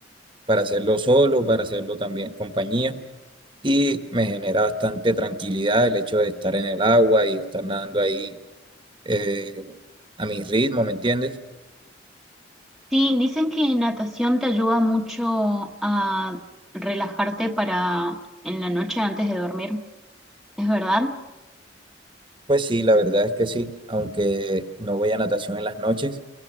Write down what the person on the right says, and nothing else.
para hacerlo solo, para hacerlo también en compañía. Y me genera bastante tranquilidad el hecho de estar en el agua y estar nadando ahí eh, a mi ritmo, ¿me entiendes?
Pues sí, la verdad es que sí, aunque no voy a natación en las noches